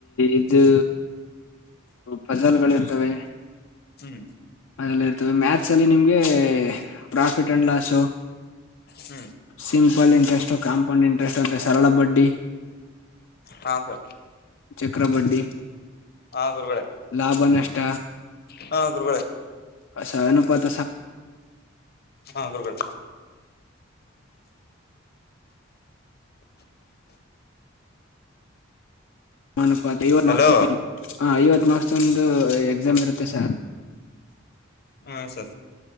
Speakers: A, on the left (about 70°); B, on the left (about 50°).
A: ಇದು ಫಜಲ್ಗಳು ಇರ್ತವೆ
B: ಹ್ಮ್
A: ಅದೆಲ್ಲ ಇರ್ತವೇ ಮಾಥ್ಸ್ ಸ ಅಲ್ಲಿ ನಿಮ್ಗೆ profit and loss
B: hmm
A: simple interest compound interest ಸರಳ ಬಡ್ಡಿ
B: ಹಾ ಸರ್
A: ಚಕ್ರಬಡ್ಡಿ
B: ಹಾ ಗುರ್ಗಳೆ
A: ಲಾಭ ನಷ್ಟ
B: ಹಾ ಗುರುಗಳೆ
A: ಅಸ ಅನುಪಾತ
B: ಹಾ ಗುರ್ಗಳೆ
A: ಮನಪ್ಪಾ ಇವತ್ತು
B: ಹಲೋ
A: ನಾಲ್ಕ್ ಹ ಇವತ್ತು <unintelligible> ಅಸ್ಟೂಂದು ಎಕ್ಸಾಮ್ ಇರುತ್ತೆ ಸರ್
B: ಹಾ ಸರ್